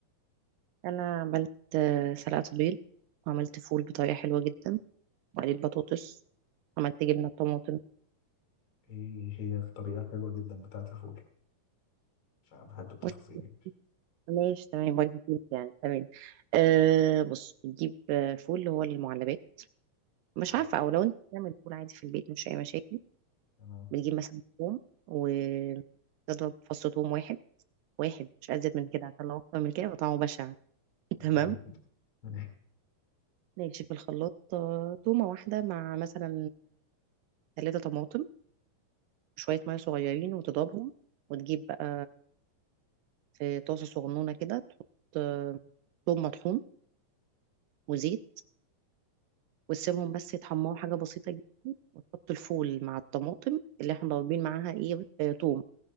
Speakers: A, on the right; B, on the left.
A: انا عملت آه، سلقة بيض وعملت فول بطريقة حلوة جدا وقليت بطاطس عملت جبنة طماطم
B: ايه هي الطريقة الحلوة جدا بتاعة الفول؟ عشان بحب التفاصيل
A: بص،
B: يعني
A: ماشي تمام وايت بيض يعني تمام أه بص بتجيب آه، فول اللي هو المعلبات مش
B: اه
A: عارفة او لو انت بتعمل فول عادي في البيت مش اي مشاكل
B: تمام
A: بتجيب مثلا توم وتضرب فص توم واحد واحد مش ازيد من كده عشان لو اكتر من كده يبقى طعمه بشع <laughs>
B: <laughs>
A: تمام
B: تمام
A: ماشي في الخلاط آه، تومة واحدة مع مثلا ثلاثة طماطم وشوية مية صغيرين وتضربهم وتجيب بقى في طاسة صغنونة كده تحط آه، ثوم مطحون وزيت وتسيبهم بس يتحمروا حاجة بسيطة جدا وتحط الفول مع الطماطم اللي احنا ضاربين معاها ايه آه، توم